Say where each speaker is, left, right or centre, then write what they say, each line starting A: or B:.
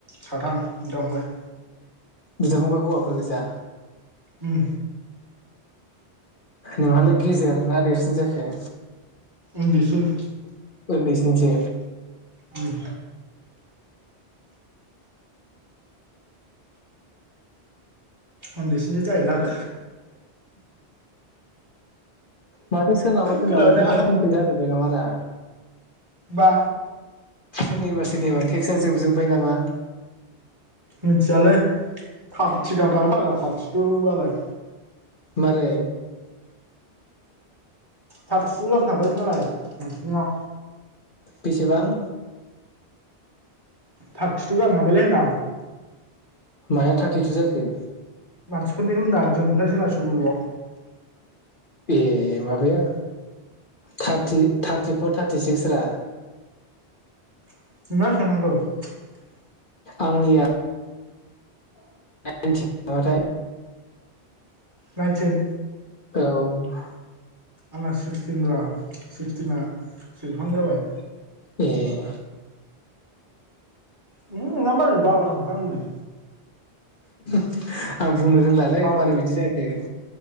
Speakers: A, on the right; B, on the left.
A: साथाम बिदा फंबाय।
B: बिदा फंबाय हौवाफोर गोजा।
A: उम।
B: नोंहालाय गेजेर ना देरसिन जाखो।
A: उन्दैसिन।
B: उन्दैसिनसो।
A: उम। उन्दैसिनि जाहैलां।
B: माथो सोरनाबा सोरनाबा
A: खोनाबायदा
B: टेक्सआ खमप्लिट जाजोब्बाय नामारा
A: बा
B: सोरनिबा सोरनिबा टेक्सआ जोबजोबबाय नामा?
A: मिथियालै थाम थिगा दाब फाला थाथिथ' मालाय।
B: मारै।
A: थारदि थु थांबाय मालाय मानसिफोरना।
B: बेसेबां?
A: थाब थिथु गाहाम थांबायलै होनदां।
B: माया थारटिथु जाखो?
A: मानसिफोरनिखौ होनदों आं जों ओमफ्राय जोंना सल्लल'।
B: ए माबाया। थारथि थार थिफर थार्थि सिक्स रा।
A: नोंना बेबेबां थांखो
B: आंनिया <unintelligible> थाय।
A: नाइथिन
B: औ
A: आंना सिक्सटिन ब्रा सिक्सटिना सेबहां जाबाय।
B: एह
A: उम नोंना मालाय बारा <unintelligible>
B: <inaudible> आं बुंनो रोंलालै
A: फुराबो
B: मारै बिदि जाखो।